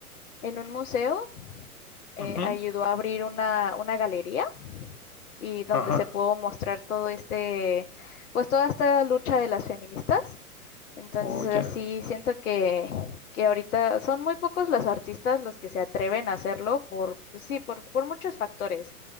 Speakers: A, on the left; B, on the left.
A: en un museo eh,
B: Ujú,
A: ayudó a abrir una, una galería y donde
B: Ajá.
A: se pudo mostrar todo este, pues toda esta lucha de las feministas. Entonces,
B: Oh,
A: así
B: ya.
A: siento que, que ahorita son muy pocos los artistas los que se atreven a hacerlo por, pues sí, por, por muchos factores